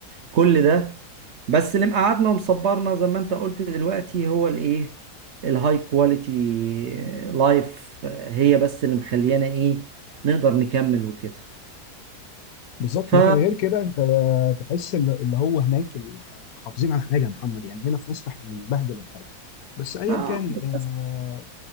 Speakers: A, on the right; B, on the left.
A: كل ده بس اللي مقعدنا ومصبرنا زي ما انت قلت دلوقتي هو الايه الهاي كواليتي لايف هي بس اللي مخليانا ايه نقدر نكمل وكده
B: بالظبط
A: ف
B: لكن غير كده انت تحس ال- اللي هو هناك ال- محافظين على حاجه يا محمد يعني هنا في مصر احنا بنبهدل الحاجه بس ايا
A: آه،
B: كان آه،
A: بس.